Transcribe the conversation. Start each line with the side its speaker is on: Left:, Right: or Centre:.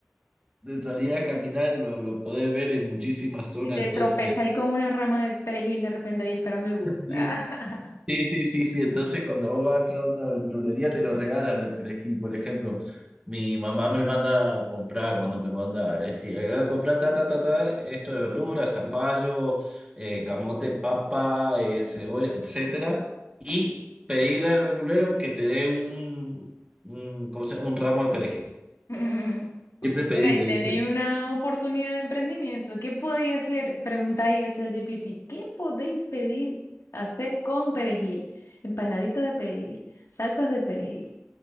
Right: De salida a caminar, lo, lo podés ver en muchísimas zonas,
Left: Y te
Right: entonces...
Left: tropezas ahí con una rama de perejil de repente ahí esperando el bus.
Right: sí.
Left: <laughs>
Right: Sí, sí, sí, sí. Entonces, cuando vos vas acá a una verdulería, te lo regalan el perejil. Por ejemplo, mi mamá me manda a comprar, cuando me manda, es decir, "Ah, comprar ta, ta, ta, ta, esto de verduras, zapallo, eh, camote, papa, eh, cebolla, etcétera. Y pedirle al verdulero que te dé un, un, ¿cómo se llama? un ramo de perejil.
Left: Mm.
Right: Siempre pedirle
Left: Bueno, y tenéis
Right: eso.
Left: una oportunidad de emprendimiento. ¿Qué podéis hacer? Preguntáis a ChatGPT. ¿Qué podéis pedir hacer con perejil? Empanaditas de perejil, salsas de perejil,